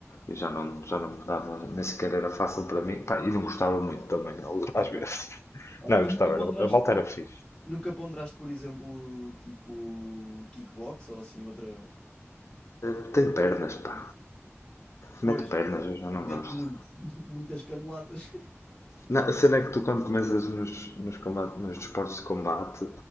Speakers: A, on the left; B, on the left.
A: e já não, já não me dava, nem sequer era fácil para mim. Pá, e não gostava muito também, al-
B: Ok.
A: às vezes. <laughs>
B: Ok.
A: Não,
B: E
A: eu
B: nunca
A: gostava,
B: ponderaste,
A: era, a malta era fixe.
B: nunca ponderaste, por exemplo, tipo kickbox ou assim, outra.
A: Eh, Tem
B: outra
A: pernas,
B: postura
A: pá.
B: assim? Pois,
A: Mete pernas, eu já não
B: mete
A: gosto.
B: muito, <laughs> muitas caneladas.
A: Não, a cena é que tu quando começas nos, nos, combate, nos desportos de combate,